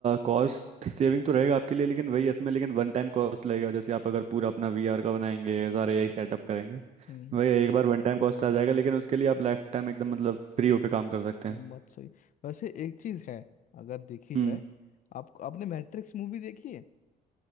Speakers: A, on the right (about 40°); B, on the left (about 50°).
A: कॉस्ट सेविंग तो रहेगा आपके लिए लेकिन वही इसमें लेकिन वन टाइम कॉस्ट लगेगा जैसे आप अगर पूरा अपना वीआर का बनाएंगे सारे यही सेटअप करेंगे
B: हम्म
A: वही एक बार वन टाइम कॉस्ट आ जाएगा लेकिन उसके लिए आप लाइफ टाइम एकदम मतलब फ्री होकर काम कर सकते हैं
B: बात सही वैसे एक चीज है अगर देखी
A: हम्म
B: जाए आप आपने मैट्रिक्स मूवी देखी है